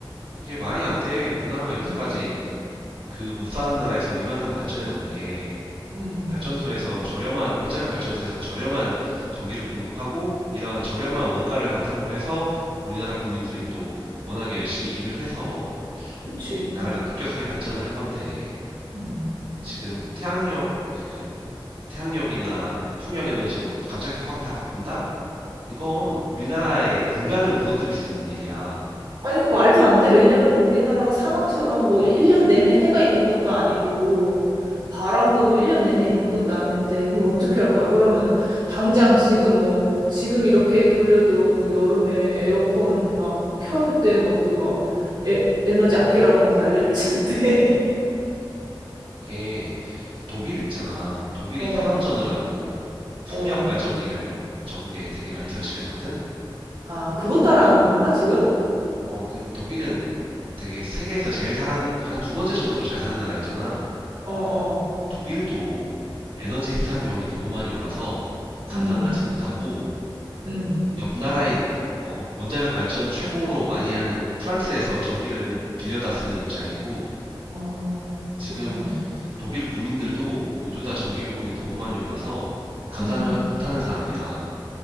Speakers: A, on the right (about 80°); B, on the right (about 55°).
A: 이게 말이 안 돼. 우리나라가 여태까지
B: 음,
A: 그 못 사는 나라에서 이만큼 발전해 온게
B: 음.
A: 발전소에서 저렴한 원자력 발전소에서 저렴한 전기를 공급하고 이러한 저렴한 원가를 바탕으로 해서 우리나라 국민들이 또 워낙에 열심히 일을 해서
B: 그치.
A: 이제 나라가 급격하게 발전을 한 건데
B: 음.
A: 지금 태양력 그 태양력이나 풍력 에너지로 갑자기 확 다 바꾼다? 이건 우리나라의 근간을 무너뜨릴 수 있는 일이야.
B: 아니, 그 말도 안 돼. 왜냐면 우리나라가 사막처럼 뭐 1년 내내 해가 있는 것도 아니고, 바람도 뭐 1년 내내 있는 것도 아닌데, 그럼 어떻게 할 거야? 그러면은, 당장 지금 뭐, 지금 이렇게 돌려도 뭐 여름에 에어컨 막 켠 때 막 또 막 에너지 아끼라고 막 난리를 치는데.
A: 이게 독일
B: <laughs>
A: 있잖아. 독일이
B: 어.
A: 탈원전을 하고 풍력
B: 어.
A: 발전기를 전국에 되게 많이 설치를 했거든.
B: 아, 그것 따라하는 건가, 지금?
A: 어, 그 독일은 되게 세계에서 제일 살아는 한 두 번째 정도로 잘 사는 나라였잖아.
B: 어, 어.
A: 독일도 에너지 생산 비용이 너무 많이 올라서 감당하지
B: 음,
A: 못하고
B: 음.
A: 옆 나라인 어, 원자력 발전 최고로 많이 하는 프랑스에서 전기를 빌려다 쓰는 입장이고
B: 어,
A: 지금
B: 그렇구나.
A: 독일 국민들도 모두 다 전기 요금이 너무 많이 올라서 감당을
B: 음.
A: 하- 못하는 상황이야.